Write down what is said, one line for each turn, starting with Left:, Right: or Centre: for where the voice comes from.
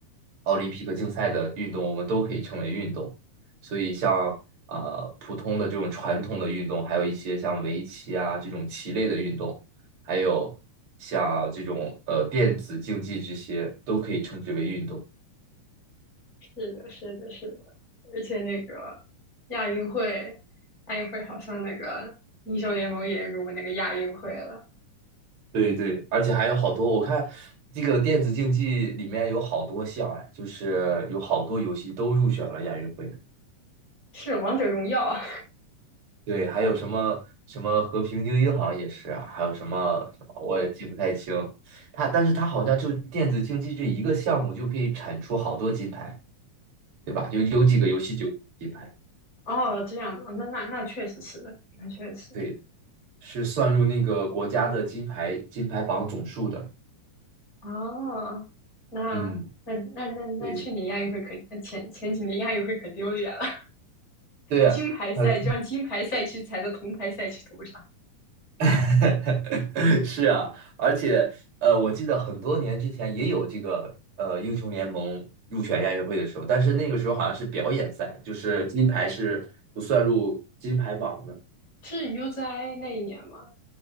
Right: 奥林匹克竞赛的运动，我们都可以称为运动。所以像呃普通的这种传统的运动，还有一些像围棋啊这种棋类的运动，还有像这种呃电子竞技这些，都可以称之为运动。
Left: 是的，是的，是的，而且那个亚运会，亚运会好像那个英雄联盟也入那个亚运会了，
Right: 对对，而且还有好多，我看这个电子竞技里面有好多项哎，就是有好多游戏都入选了亚运会。
Left: 是王者荣耀 <laughs> 啊，
Right: 对，还有什么什么和平精英好像也是啊，还有什么什么我也记不太清。它但是它好像就电子竞技这一个项目就可以产出好多金牌，对吧？有有几个游戏就有金牌，
Left: 啊，哦，这样子，哦那那那确实是的，那确实，
Right: 对，是算入那个国家的金牌金牌榜总数的。
Left: 哦，那那那那那去年亚运会可，
Right: 嗯，对
Left: 那前前几年亚运会可丢脸了，<laughs>
Right: 对啊，
Left: 金牌赛就让金牌赛区踩在铜牌赛区头上，
Right: 很 <laughs> 是啊，而且呃，我记得很多年之前也有这个呃英雄联盟入选亚运会的时候，但是那个时候好像是表演赛，就是金牌是不算入金牌榜的。
Left: 是 U z i 那一年吗？